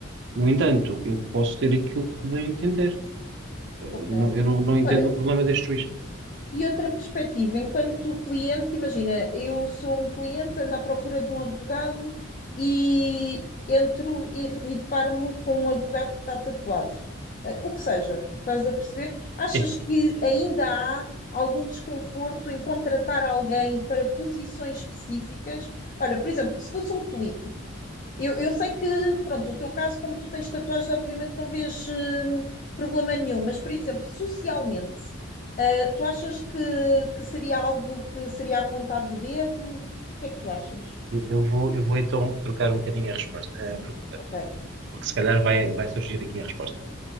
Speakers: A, on the right; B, on the left.
A: No entanto, eu posso ter aquilo que bem entender. Eh,
B: ok.
A: não- eu não, não entendo
B: Olha,
A: o problema deste juiz.
B: E outra perspectiva, enquanto cliente, imagina, eu sou um cliente, ando à procura de um advogado e entro e, e deparo-me com um advogado que está tatuado. Eh, O que seja, estás a perceber? Achas
A: Sim,
B: que ainda há algum desconforto em contratar alguém para posições específicas? Olha, por exemplo, se fosse um político. Eu, eu sei que, pronto, o teu caso, como tu tens tatuagens, obviamente não vês hum, problema nenhum, mas, por exemplo, socialmente, ah, tu achas que, que seria algo que seria apontado o dedo? O que é que tu achas?
A: eu, eu vou, eu vou então trocar um bocadinho a resposta, a pergunta,
B: Ok,
A: porque se calhar vai, vai surgir aqui a resposta.